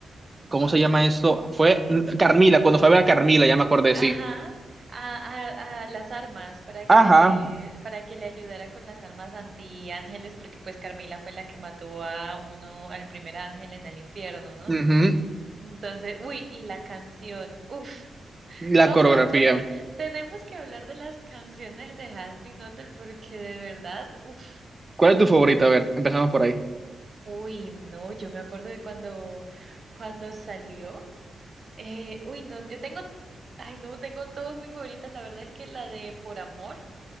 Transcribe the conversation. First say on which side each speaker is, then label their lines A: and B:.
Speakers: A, on the right; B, on the right.
A: ¿cómo se llama esto? Fue
B: eh,
A: mm, Carmila, cuando fue a ver a Carmila,
B: eh,
A: ya me acordé,
B: Ajá,
A: sí.
B: a, a, a las armas para que
A: Ajá,
B: le, para que le ayudara con las armas antiángeles, porque pues Carmila fue la que mató a uno, al primer ángel en el infierno, ¿no?
A: ujú,
B: Entonces, uy, y la canción, uf,
A: La
B: vamos,
A: coreografía.
B: ah, de- te- tenemos que hablar de las canciones de Hazbin Hotel porque de verdad, uf,
A: ¿Cuál es tu favorita? A ver, empezamos por ahí.
B: uy, no, yo me acuerdo de cuando, cuando salió, eh, uy, no, yo tengo, ay, no, tengo todas mis favoritas, la verdad es que la de Por Amor.